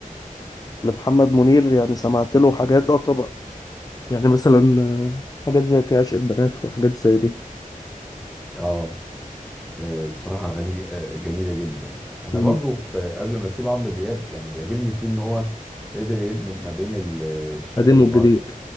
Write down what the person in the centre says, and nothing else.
اه آه، بصراحة أغاني ج- آه، جميلة جدا أنا
برضو في قبل ما أسيب عمرو دياب يعني بيعجبني فيه إن هو قدر يدمج ما بين ال- الشرقي
والغرب